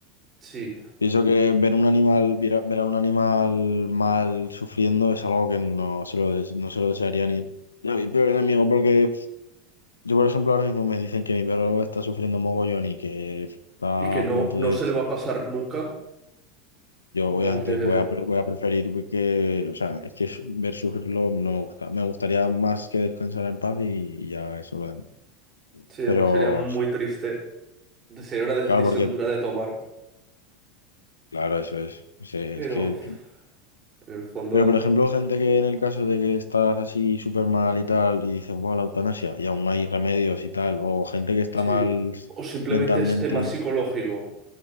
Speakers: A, on the right; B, on the left.
A: sí,
B: pienso que ver un animal, ver a, ver a un animal mal sufriendo es algo que no se lo, des- no se lo desearía ni a mi peor enemigo, porque Yo, por ejemplo, ahora mismo me dicen que mi perro está sufriendo mogollón y que está
A: y que
B: a
A: no,
B: punto
A: no
B: de
A: se
B: esto.
A: le va a pasar nunca,
B: Yo
A: en
B: obviamente
A: plan que
B: voy a, pre- voy a preferir que, o sea, es que su- ver sufrirlo no me gusta. Me gustaría más que descansara en paz y, y ya eso lo demás.
A: sí,
B: Pero
A: aunque sería muy
B: sí,
A: triste. Sería una decisión
B: claro, porque,
A: dura de tomar,
B: claro, eso es. O sea, es
A: pero
B: que,
A: uf, en el fondo,
B: pero por ejemplo, gente que en el caso de que estás así súper mal y tal, y dicen, bueno, la eutanasia, y aún no hay remedios y tal, o gente que está
A: sí.
B: mal
A: O simplemente
B: mentalmente,
A: es tema psicológico.